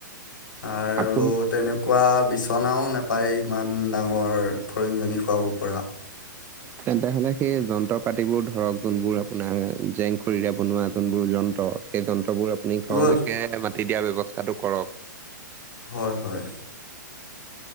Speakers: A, on the left; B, on the right.
A: আৰু
B: আপুনি
A: তেনেকুৱা বিচনাও নাপায় ইমান ডাঙৰ ফৰিংজনী শোৱাব পৰা। <inaudible>
B: তেন্তে হ'লে সেই যন্ত্ৰ পাতিবোৰ ধৰক যোনবোৰ আপোনাৰ জেং খৰিৰে বনোৱা যোনবোৰ যন্ত্ৰ। সেই যন্ত্ৰবোৰ আপুনি ঘৰলেকে
A: গ'ল
B: হে মাতি দিয়াৰ ব্যৱস্থাটো কৰক।
A: হয়- হয়।